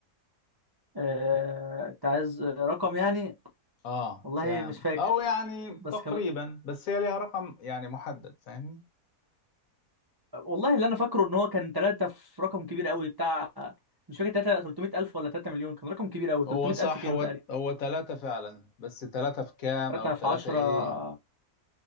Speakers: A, on the right; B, on the left.
A: آه، انت عايز رقم يعني
B: اه
A: والله
B: كام
A: مش فاكر
B: او يعني
A: بس
B: تقريبا
A: كان
B: بس هي ليها رقم يعني محدد فاهمني
A: والله اللي انا فاكره ان هو كان ثلاثة في رقم كبير قوي بتاع مش فاكر 3 300 الف ولا 3 مليون كان رقم كبير قوي 300
B: هو صح
A: الف كيلو
B: هو
A: تقريبا
B: هو ثلاثة فعلا بس ثلاثة في كام
A: 3
B: او ثلاثة
A: في 10
B: ايه